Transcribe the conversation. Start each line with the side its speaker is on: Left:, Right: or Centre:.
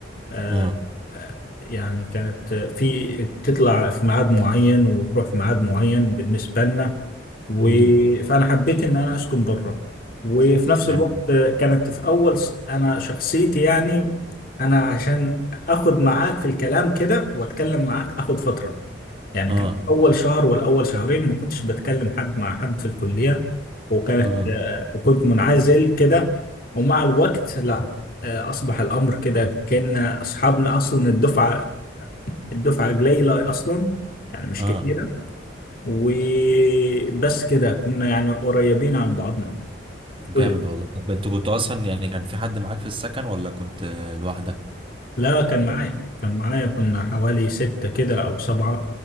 Left: آه،
Right: اه
Left: يعني كانت في تطلع في ميعاد معين وتروح في ميعاد معين بالنسبة لنا و...
Right: امم
Left: فانا حبيت ان انا اسكن بره وفي نفس
Right: حلو
Left: الوقت
Right: ده
Left: آه، كانت في اول س- انا شخصيتي يعني انا عشان اخد معاك في الكلام كده واتكلم معاك اخد فترة يعني
Right: اه
Left: كان أول شهر ولا أول شهرين ما كنتش بتكلم حد مع حد في الكلية وكانت
Right: اه
Left: آه، وكنت منعزل كده ومع الوقت لا آه، أصبح الأمر كده كأن أصحابنا أصلا الدفعة الدفعة قليلة أصلا يعني مش
Right: اه
Left: كتيرة وبس كده كنا يعني قريبين عن بعضنا
Right: جامد
Left: كل
Right: والله طب انت كنت اصلا يعني كان في حد معاك في السكن ولا كنت لوحدك
Left: لا كان معايا كان معايا كنا حوالي ستة كده أو سبعة